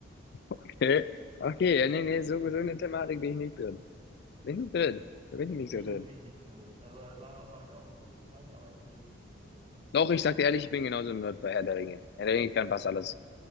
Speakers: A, on the left (about 55°); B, on the right (about 25°).
A: Okay. Okay,
B: Ja,
A: ja, nee, nee, so, so in der Thematik bin ich nicht drin. Bin ich nicht drin. Da bin ich nicht
B: bin
A: so
B: schon
A: drin.
B: richtig drin. Also Sarah sagt auch, ist ein bisschen krank, aber ich bin schon richtig drin, ja.
A: Doch, ich sag dir ehrlich, ich bin genauso ein Nerd bei Herr der Ringe. Herr der Ringe kann fast alles.